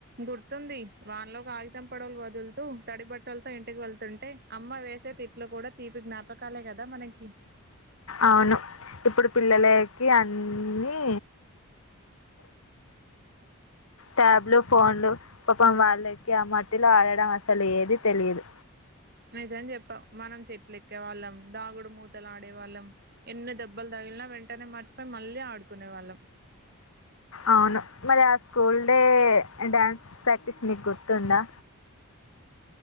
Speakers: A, on the right; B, on the left.
A: గుర్తుంది వాన్లోకి ఆగితం పొడవలు వదులుతూ తడి బట్టలతో ఇంటికి వెళ్తుంటే అమ్మ వేసే తిట్లు కూడా తీపి జ్ఞాపకాలే కదా మనకి
B: అవును ఇప్పుడు పిల్లలే ఇ అన్నీ ట్యాబ్లు ఫోన్లు పాపం వాళ్ళకి ఆ మట్టిలో ఆడడం అసలు ఏది తెలియదు
A: నిజం చెప్పావ్ మనం చెట్ల ఎక్కే వాళ్ళం దాగుడు మూతల ఆడేవాళం ఎన్న దెబ్బల్ తాగిలిన వెంట వెంటనే మర్చిపోయి మళ్ళీ ఆడుకునే వాళ్ళం
B: అవును మరి ఆ స్కూల్ డే డ్యాన్స్ ప్రాక్టీస్ నీకు గుర్తుందా